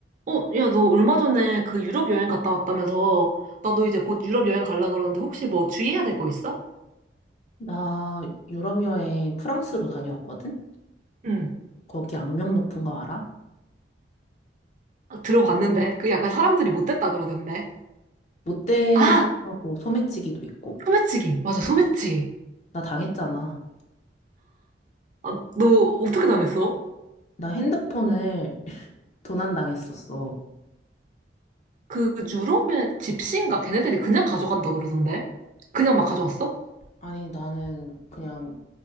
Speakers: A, on the right; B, on the left.
A: 어, 야, 너 얼마 전에 그 유럽 여행 갔다 왔다면서 나도 이제 곧 유럽 여행 갈라 그러는데 혹시 뭐 주의해야 될 거 있어?
B: 나 유럽 여행 프랑스로 다녀왔거든?
A: 응.
B: 거기 악명 높은 거 알아?
A: 아, 들어봤는데 그 약간 사람들이 못됐다 그러던데.
B: 못되고
A: 아,
B: 소매치기도 있고.
A: 소매치기. 맞아, 소매치기.
B: 나 당했잖아.
A: 아, 너 어떻게 당했어?
B: 나 핸드폰을 <laughs> 도난당했었어.
A: 그 유럽의 집시인가 걔네들이 그냥 가져간다 그러던데. 그냥 막 가져왔어?
B: 아니, 나는 그냥